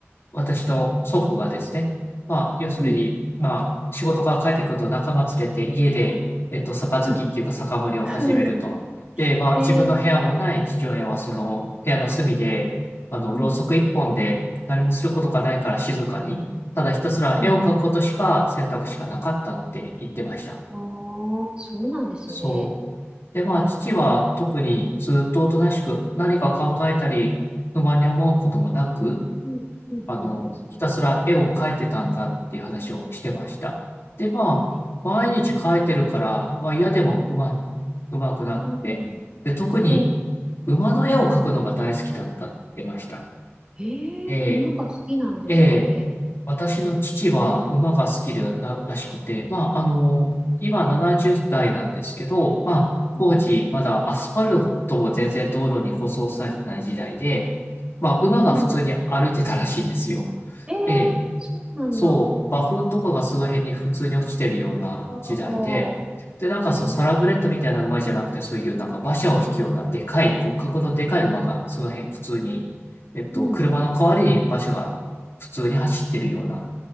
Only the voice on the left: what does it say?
私の祖父がですね、まあ、要するに、
まあ、仕事から帰ってくると仲間連れて家で、
えっと、杯っていうか酒盛りを始めると。
で、まあ、
自分の部屋もない父親はその部屋の隅で、あの、
ろうそく一本で何もすることがないから静かに、ただひたすら絵を描くことしか選択肢がなかったって言ってました。
そう。で、まあ、父は特にずっとおとなしく何か考えたり、
不満に思うこともなく、
あの、
ひたすら絵を描いてたんだっていう話をしてました。で、まあ、
毎日描いてるから、まあ嫌でもうまに、うまくなって、
で、特に
馬の絵を描くのが大好きだったって言ってました。
え
ー、えー私の父は馬が好きら、らしくて、まあ、あの、今70代なんですけど、まあ、
当時まだアスファルトも全然道路に舗装されてない時代で、まあ、馬が普通に歩いてたらしいんですよ。
ええ
そう、
馬糞とかがその辺に普通に落ちてるような時代で、
で、なんかそう、
サラブレッドみたいな馬じゃなくて、そういうなんか馬車を引くようなでかい、骨格のでかい馬が、その辺普通に、えっと、
車の代わりに馬車が普通に走ってるような